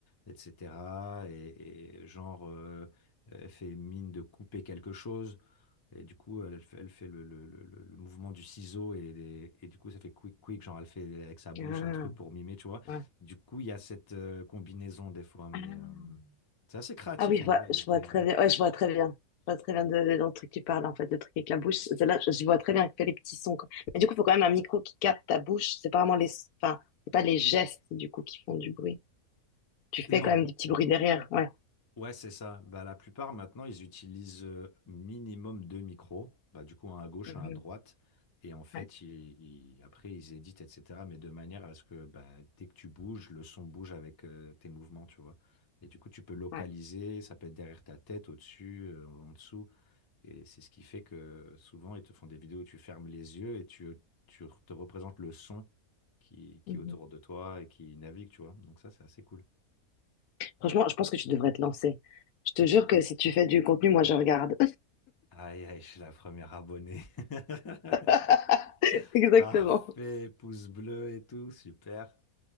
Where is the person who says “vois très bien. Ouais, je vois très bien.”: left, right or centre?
Left